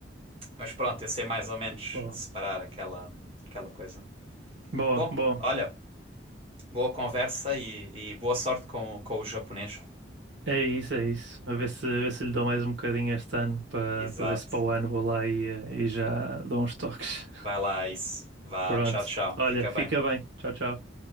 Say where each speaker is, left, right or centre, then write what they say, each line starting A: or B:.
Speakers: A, on the right; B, on the right.
A: mas pronto, eu sei mais ou menos
B: Boa,
A: separar aquela, aquela coisa.
B: boa,
A: Bom,
B: boa.
A: olha, boa conversa e, e boa sorte com, com o japonês.
B: É isso, é isso. A ver se, a ver se lhe dou mais um bocadinho este ano para
A: Exato.
B: para ver se para o ano vou lá e, eh, e já dou uns <laughs> toques.
A: Vai lá, isso. Vá,
B: Pronto.
A: tchau, tchau.
B: Olha,
A: Fica
B: fica
A: bem.
B: bem. Tchau, tchau.